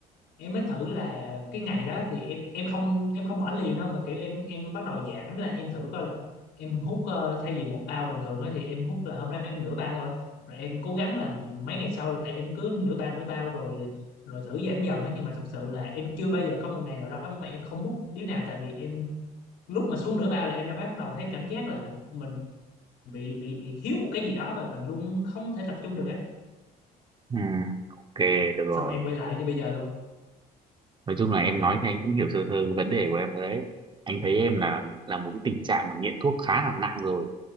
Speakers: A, on the left; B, on the right.
A: em mới thử là cái ngày đó thì em em không em không bỏ liền đâu mà kiểu em em bắt đầu giảm là em thử coi là em hút ờ, thay vì một bao bình thường đó thì em hút là hôm nay em nửa bao thôi rồi em cố gắng là mấy ngày sau là em cứ nửa bao nửa bao rồi rồi thử giảm dần á nhưng mà thật sự là em chưa bao giờ có một ngày nào đó mà em không hút điếu nào tại vì em lúc mà xuống nửa bao là em đã bắt đầu thấy cảm giác là mình bị bị bị thiếu một cái gì đó và mình luôn không thể tập trung được ấy.
B: ừ. ok được rồi
A: Xong em quay lại như bây giờ luôn.
B: nói chung là em nói thì anh cũng hiểu sơ sơ cái vấn đề của em rồi đấy anh thấy em là là một cái tình trạng mà nghiện thuốc khá là nặng rồi